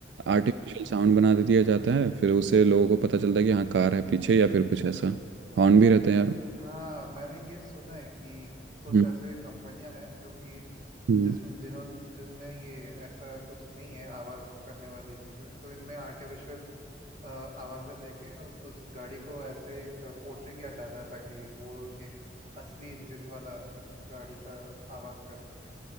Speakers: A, on the right (about 80°); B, on the right (about 45°).
A: आर्टिफिशियल
B: हम्म हम्म, हम्म।
A: साउंड बना दे दिया जाता है फिर उससे लोगों को पता चलता है कि हाँ कार है पीछे या फिर कुछ ऐसा हॉर्न भी रहता है यार
B: हाँ मैंने ये सुना है कि कुछ
A: हम्म
B: ऐसे कंपनियां हैं जो कि
A: हम्म।
B: जिसमें जिन्होंने जिसमें ये ऐसा कुछ नहीं है आवाज़ करने वाली चीज़ें तो इनमें आर्टिफिशियल अ, आवाज़ें देके उ- उस गाड़ी को ऐसे एक पोर्ट्रे किया जाता था कि वो एक असली इंजन वाला गाड़ी का आवाज़ कर सके